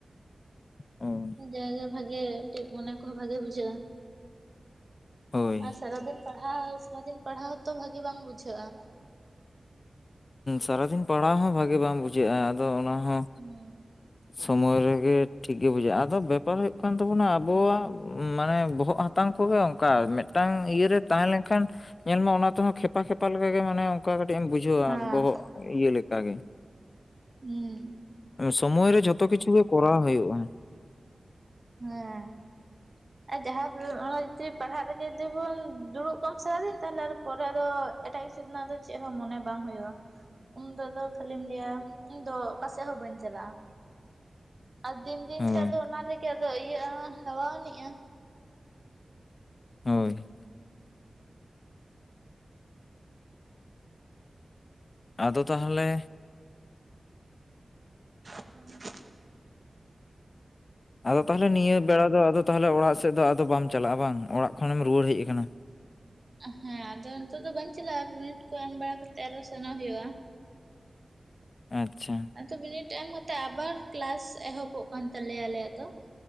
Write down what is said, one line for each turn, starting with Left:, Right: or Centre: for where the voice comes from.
Left: ᱚ
Right: ᱡᱟᱭᱜᱮ ᱵᱷᱟᱜᱮ ᱠᱟᱹᱴᱤᱡ ᱢᱚᱱᱮ ᱠᱚᱦᱚᱸ ᱵᱷᱟᱹᱜᱮ ᱵᱩᱡᱷᱟᱹᱜᱼᱟ,
Left: ᱦᱳᱭ
Right: ᱟᱨ ᱥᱟᱨᱟ ᱫᱤᱱ ᱯᱟᱲᱦᱟᱣ ᱥᱟᱨᱟ ᱫᱤᱱ ᱯᱟᱲᱦᱟᱣ ᱦᱚᱸᱛᱚ ᱵᱷᱟᱹᱜᱤ ᱵᱟᱝ ᱵᱩᱡᱷᱟᱹᱜᱼᱟ᱾
Left: ᱥᱟᱨᱟᱫᱤᱱ ᱯᱟᱲᱦᱟᱣ ᱦᱚᱸ ᱵᱷᱟᱹᱜᱮ ᱵᱟᱝ ᱵᱩᱡᱷᱟᱹᱜᱼᱟ, ᱟᱫᱚ ᱚᱱᱟ ᱦᱚᱸ
Right: ᱦᱩᱸ
Left: ᱥᱚᱢᱳᱭ ᱨᱮᱜᱮ ᱴᱷᱤᱠ ᱜᱮ ᱵᱩᱡᱷᱟᱹᱜᱼᱟ᱾ ᱟᱫᱚ ᱵᱮᱯᱟᱨ ᱦᱩᱭᱩᱜ ᱠᱟᱱ ᱛᱟᱵᱚᱱᱟ, ᱟᱵᱚᱣᱟᱜ ᱢᱟᱱᱮ ᱵᱚᱦᱚᱜ ᱦᱟ ᱛᱟᱝ ᱠᱚᱜᱮ ᱚᱱᱠᱟ, ᱢᱮᱫᱴᱟᱝ ᱤᱭᱟᱹ ᱨᱮ ᱛᱟᱦᱮᱸ ᱞᱮᱱᱠᱷᱟᱱ ᱧᱮᱞ ᱢᱮ ᱚᱱᱟ ᱛᱮᱦᱚᱸ ᱠᱷᱮᱯᱟ ᱠᱷᱮᱯᱟ ᱞᱮᱠᱟᱜᱮ, ᱢᱟᱱᱮ ᱚᱝᱠᱟ ᱠᱟᱹᱴᱤᱡ ᱮᱢ ᱵᱩᱡᱷᱟᱹᱣᱟ᱾
Right: ᱦᱮᱸ
Left: ᱵᱚᱦᱚᱜ ᱤᱭᱟᱹ ᱞᱮᱠᱟ ᱜᱮ᱾
Right: ᱦᱩᱸ
Left: ᱥᱚᱢᱚᱭ ᱨᱮ ᱡᱷᱚᱛᱚ ᱠᱤᱪᱷᱩ ᱜᱮ ᱠᱚᱨᱟᱣ ᱦᱩᱭᱩᱜᱼᱟ᱾
Right: ᱦᱮᱸ᱾
Left: <unintelligible> <inaudible>
Right: ᱟᱨ ᱡᱟᱦᱟᱸ ᱚᱱᱟ ᱡᱩᱫᱤ ᱯᱟᱲᱦᱟᱜ ᱨᱮᱜᱮ ᱡᱩᱫᱤ ᱵᱚᱱ ᱫᱩᱲᱩᱵ ᱠᱚᱜᱟᱢ ᱥᱟᱨᱟ ᱫᱤᱱ ᱛᱟᱦᱚᱸᱞᱮ ᱟᱨᱦᱚᱸ ᱯᱚᱨᱮ ᱟᱫᱚ ᱮᱴᱟᱜ ᱠᱤᱪᱷᱩ ᱨᱮᱱᱟᱜ ᱫᱚ ᱪᱮᱜ ᱦᱚᱸ ᱢᱚᱱᱮ ᱵᱟᱝ ᱦᱳᱭᱳᱜᱼᱟ, ᱩᱱᱫᱚ ᱠᱷᱟᱹᱞᱤᱢ ᱞᱟᱹᱭᱟ ᱤᱧᱫᱚ ᱚᱠᱟ ᱥᱮᱫ ᱦᱚᱸ ᱵᱟᱹᱧ ᱪᱟᱞᱟᱜᱼᱟ᱾ ᱟᱨ ᱫᱤᱱ ᱫᱤᱱ
Left: ᱦᱳᱭ
Right: ᱛᱮ ᱟᱫᱚ ᱚᱱᱟ ᱨᱮᱜᱮ ᱟᱫᱚ ᱤᱭᱟᱹᱜᱼᱟ, ᱦᱮᱣᱟᱣᱱᱤᱜᱼᱟ᱾
Left: ᱦᱳᱭ᱾ ᱟᱫᱚ ᱛᱟᱦᱚᱸᱞᱮ
Right: <inaudible>
Left: ᱟᱫᱚ ᱛᱟᱦᱚᱞᱮ ᱱᱤᱭᱟᱹ ᱵᱮᱲᱟ ᱫᱚ ᱟᱫᱚ ᱛᱟᱦᱚᱸᱞᱮ ᱚᱲᱟᱜ ᱥᱮᱜ ᱫᱚ ᱟᱫᱚ ᱵᱟᱢ ᱪᱟᱞᱟᱜᱼᱟ, ᱵᱟᱝ ᱚᱲᱟᱜ ᱠᱷᱚᱱᱮᱢ ᱨᱩᱣᱟᱹᱲ ᱦᱮᱡ ᱟᱠᱟᱱᱟ᱾
Right: ᱦᱮᱸ ᱟᱫᱚ ᱱᱤᱛᱚᱜ ᱫᱚ ᱵᱟᱹᱧ ᱪᱟᱞᱟᱜᱼᱟ, ᱵᱤᱱᱤᱰ ᱠᱚ ᱮᱢ ᱵᱟᱲᱟ ᱠᱟᱛᱮᱫ ᱟᱨ ᱦᱚᱸ ᱥᱮᱱᱚᱜ ᱦᱩᱭᱩᱜᱼᱟ᱾
Left: ᱟᱪᱪᱷᱟ᱾
Right: ᱟᱫᱚ ᱵᱤᱱᱤᱰ ᱮᱢ ᱠᱟᱛᱮ ᱟᱵᱟᱨ ᱠᱞᱟᱥ ᱮᱦᱚᱵᱚᱜ ᱠᱟᱱ ᱛᱟᱞᱮᱭᱟ, ᱟᱞᱮᱭᱟᱜ ᱫᱚ᱾